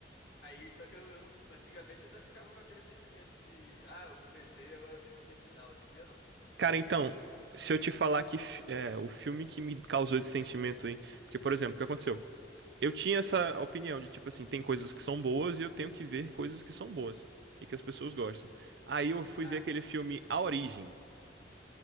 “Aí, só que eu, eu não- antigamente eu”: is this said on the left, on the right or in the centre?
Left